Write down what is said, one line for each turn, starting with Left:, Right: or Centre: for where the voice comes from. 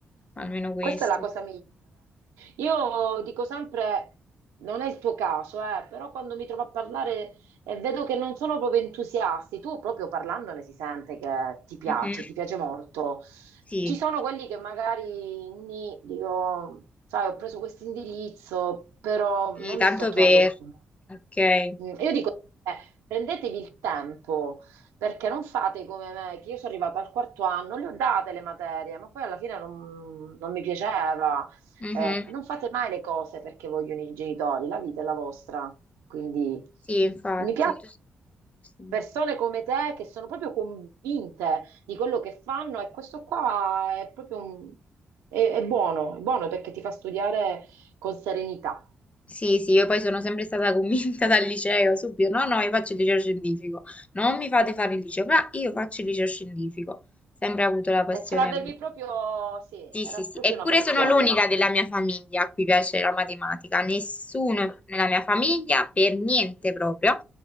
Left: almeno questo.
Right: Questa è la cosa Io dico sempre, non è il tuo caso, eh, però quando mi trovo a parlare e vedo che non sono proprio entusiasti, tu proprio parlandone si sente che ti piace,
Left: Mhm.
Right: ti piace molto.
Left: Sì,
Right: Ci sono quelli che magari ni- dico, sai, ho preso questo indirizzo, però
Left: sì,
Right: non
Left: tanto
Right: mi sto trovando
Left: per. Ok.
Right: Mm, Io dico, eh, prendetevi il tempo, perché non fate come me, che io sono arrivata al quarto anno, le ho date le materie, ma poi alla fine non, non mi piaceva.
Left: Mhm.
Right: Eh, non fate mai le cose perché vogliono i genitori, la vita è la vostra. Quindi
Left: Sì, infatti.
Right: mi piace
Left: Sì.
Right: persone come te che sono proprio convinte di quello che fanno e questo qua è proprio un- è è buono, è buono perché ti fa studiare con serenità.
Left: Sì, sì, io poi sono sempre stata convinta <laughs> dal liceo, subito, no, no, io faccio il liceo scientifico, non mi fate fare il liceo, ma io faccio il liceo scientifico, sempre avuto la passione.
Right: E ce l'avevi proprio, sì,
Left: Sì,
Right: era
Left: sì, sì,
Right: proprio
Left: eppure
Right: una passione.
Left: sono l'unica della mia famiglia a cui piace la matematica, nessuno nella mia famiglia, per niente proprio.